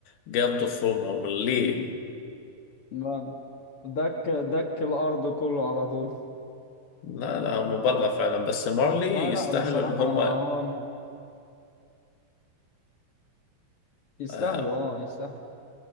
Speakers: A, on the left; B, on the left.
A: جاب طفلهم ليه؟
B: ما- دك دك الارض كله على طول
A: لا لا مبالغة فعلا بس مارلي
B: فلا
A: يستاهلوا
B: بصراحة
A: إن هم
B: هو يستاهلوا
A: آه
B: اه يستاهلوا